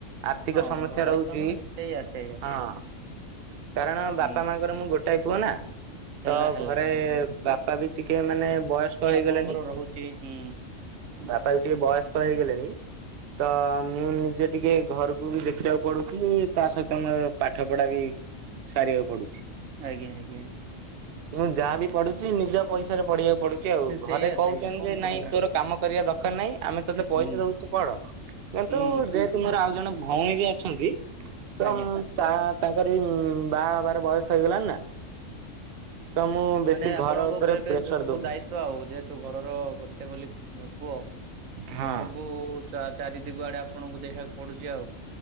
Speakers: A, on the right; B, on the right.
A: ଆର୍ଥିକ
B: ହଁ
A: ସମସ୍ୟା
B: ଘରେ
A: ରହୁଛି
B: ସମୟ ସେଇଆ ସେଇଆ
A: ହଁ
B: ସେଇଆ
A: କାରଣ ବାପା
B: ହୁଁ
A: ମାଙ୍କର ମୁଁ ଗୋଟାଏ ପୁଅ ନା
B: ହେଲା
A: ତ
B: ହେଲା
A: ଘରେ
B: ହେଲା ହେଲା।
A: ବାପା ବି ଟିକେ ମାନେ ବୟସ୍କ ହେଇଗଲେଣି
B: ଣଙ୍କର ରହୁଛି ହୁଁ
A: ବାପା ବି ଟିକେ ବୟସ୍କ ହେଇଗଲେଣି ତ ମୁଁ ନିଜେ ଟିକେ ଘରକୁ ବି ଦେଖିବାକୁ ପଡୁଛି ତା ସହିତ ମୋର ପାଠ ପଢା ବି ସାରିବାକୁ ପଡ଼ୁଛି
B: ଆଜ୍ଞା ଆଜ୍ଞା
A: ମୁଁ ଯାହାବି ପଢୁଛି ନିଜ ପଇସାରେ ପଢିବାକୁ ପଡୁଛି
B: ଆଜ୍ଞା।
A: ଆଉ
B: ସେଇଆ
A: ଘରେ କହୁଛନ୍ତି
B: ସେଇଆ କଣ
A: ଯେ ନାଇଁ
B: କରିବା
A: ତୋର କାମ କରିବା ଦରକାର ନାହିଁ ଆମେ ତୋତେ ପଇସା
B: ହୁଁ
A: ଦଉଛୁ ପଢ କିନ୍ତୁ
B: ହୁଁ
A: ଯେହେ ତୁ ତୁମର ଆଉ ଜଣେ ଭଉଣୀ ବି ଅଛନ୍ତି ତ
B: ଆଜ୍ଞା।
A: ତା ତାଙ୍କର ବି ବାହା ହେବାର ବୟସ ହେଇଗଲାଣି ନା ତ ମୁଁ ବେଶୀ
B: ମାନେ ଆପଣଙ୍କ
A: ଘର ଉପରେ
B: ଏବେ
A: ପ୍ରେସର
B: ସବୁ
A: ଦଉନି
B: ଦାୟିତ୍ଵ ଆଉ ଯେହେତୁ ଘରର ଗୋଟେ ବୋଲି ପୁଅ
A: ହଁ।
B: ସବୁ ଚାରି ଦିଗ ଆଡେ ଆପଣଙ୍କୁ ଦେଖିବାକୁ ପଡୁଛି ଆଉ